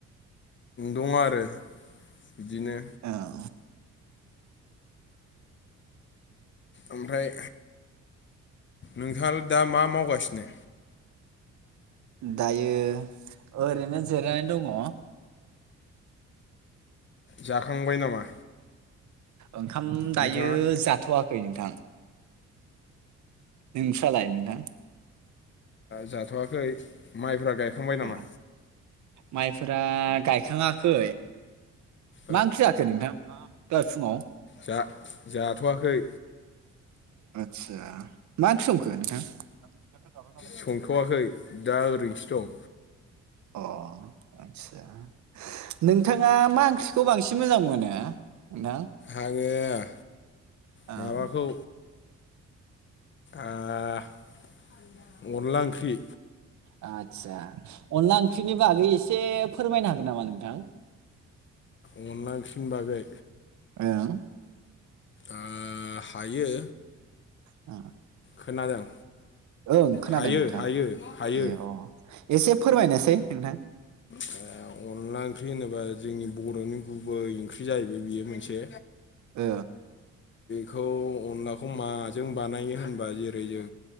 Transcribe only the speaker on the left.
दं आरो बिदिनो
ओमफ्राय नोंथाङा दा मा मावगासिनो?
जाखांबाय नामा?
नोंथाङा
जाथ'वाखै माइफ्रा गायखांबाय नामा?
औ
जा जाथ'वाखै
संथ'वाखै दा ओरैनोसो दं।
आङो
माबाखौ ओ अनला ओंख्रि
अनला ओंख्रिनि बागै
ओ हायो।
खोनादों?
हायो
हायो हायो
<inaudible> अनला ओंख्रि होनोबा जोंनि बरनि गुबै ओंख्रि जायैबाय बियो मोनसे
खौ अनलाखौ माजों बानायो होनबा जेरै जों